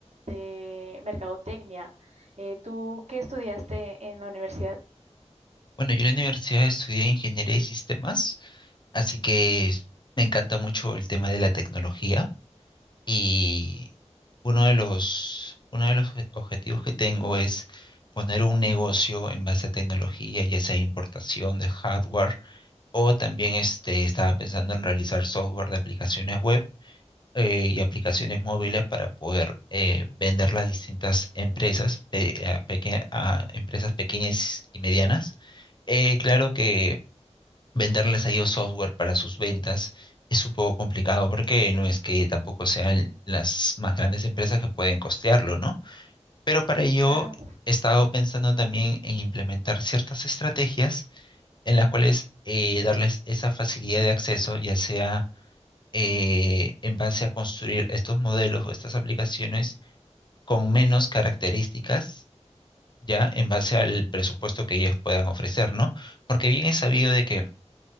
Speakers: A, on the right; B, on the left.
A: de mercadotecnia. Eh, ¿tú qué estudiaste en la universidad?
B: Bueno, yo en la universidad estudié ingeniería de sistemas, así que me encanta mucho el tema de la tecnología Y uno de los, uno de los obje- objetivos que tengo es poner un negocio en base a tecnología, ya sea importación de hardware, o también este, estaba pensando en realizar software de aplicaciones web eh, y aplicaciones móviles para poder eh, venderlas a distintas empresas, pe- a, peque- a empresas pequeñas y medianas. Eh, claro que venderles a ellos software para sus ventas es un poco complicado porque no es que tampoco sean las más grandes empresas que pueden costearlo, ¿no? Pero para
A: Sí,
B: ello
A: claro.
B: he estado pensando también en implementar ciertas estrategias en las cuales eh, darles esa facilidad de acceso, ya sea eh, en base a construir estos modelos o estas aplicaciones con menos características, ya en base al presupuesto que ellos puedan ofrecer, ¿no? Porque bien es sabido de que